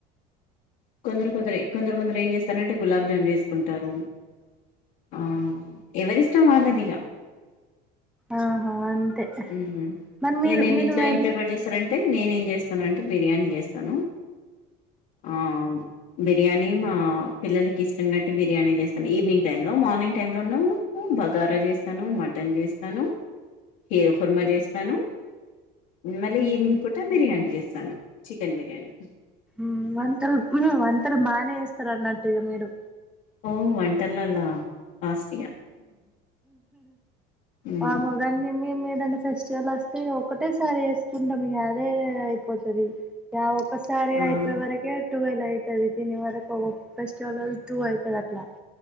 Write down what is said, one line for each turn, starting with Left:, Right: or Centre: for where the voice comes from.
Left: కొందరు కొందరె కొందరె కొందరు ఏం చేస్తారంటే గులాబ్జామున్ చేసుకుంటారు ఆ ఎవరిష్టం వాళ్ళది ఇక
Centre: ఆహా అంతే
Left: ఉహు
Centre: మరి మీరు
Left: ఎ నేన్
Centre: మీరు
Left: ఇంట్లో
Centre: వెళ్
Left: ఏం ప్రిపేర్ చేస్తారంటే అంటే నేనేం చేస్తానంటే బిర్యానీ చేస్తాను ఆ బిర్యానీ మా పిల్లలకి ఇష్టం కట్టి బిర్యానీ చేస్తాను ఈవినింగ్ టైమ్ లో మార్ ర్నింగ్ టైమ్ లో ను బగారా చేస్తాను మటన్ చేస్తాను హీరుఖర్మా చేస్తాను మళ్ళీ
Centre: మ్మ్
Left: ఈవినింగ్ పూట బిర్యానీ చేస్తాను చికెన్ బిర్యానీ
Centre: ఉమ్ వంటలు ఉమ్మ్మ్ వంటలు బానే చేస్తారు అన్నట్టు ఇక మీరు
Left: ఓ వంటల్లల ఫస్ట్ ఈగ మ్మ్
Centre: మామోగాని మేం ఏదన్నా ఫెస్టివల్ వస్ ఇగ ఒకటేసారి వేసుకుంటాం ఇంకా అదే అయిపోతాది యవో ఒకసారి
Left: ఆ
Centre: అయిపోయే వరకే ట్వెల్వ్ అయి తది తినే వరకు ఓ ఫెస్టివల్ టూ అయితాది అట్లా